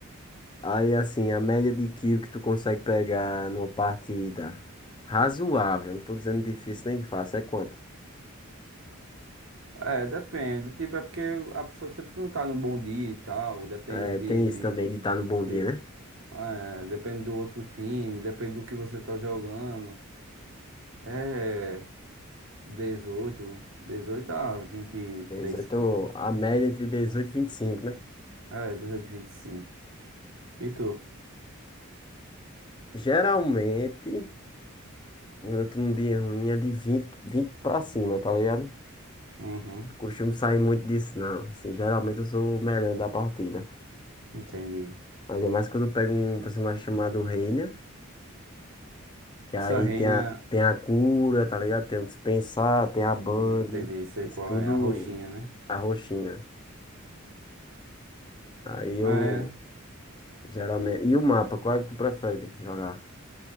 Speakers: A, on the left; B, on the right.
A: Aí, assim, a média de kill que tu consegue pegar numa partida razoável, não tô dizendo difícil nem fácil, é quanto?
B: É, depende. Tipo, é porque a pessoa sempre não tá no bom dia e tal. Depende
A: É,
B: de,
A: tem isso também de estar no bom
B: de,
A: dia,
B: de-
A: né?
B: é, depende do outro time, depende do que você tá jogando. É 18, 18 a 23
A: 18,
B: quilos.
A: a média entre 18 e 25, né?
B: É, 18, 25. E cinco. E tu?
A: Geralmente, quando eu tô num dia ruim, é de vinte vinte pra cima, tá ligado? Não
B: Uhum,
A: costumo sair muito disso, não. Assim, geralmente eu sou o melhor da partida.
B: entendi.
A: Ainda mais quando eu pego um personagem chamado Reyna. Que aí
B: Essa reina,
A: tem a, tem a cura, tá ligado? Tem o dispensar, tem a bang.
B: hum, entendi, sei
A: Isso
B: qual
A: tudo
B: é, a roxinha, né?
A: a roxinha. Aí eu
B: É.
A: geralmente. E o mapa, qual é que tu prefere jogar? <coughs>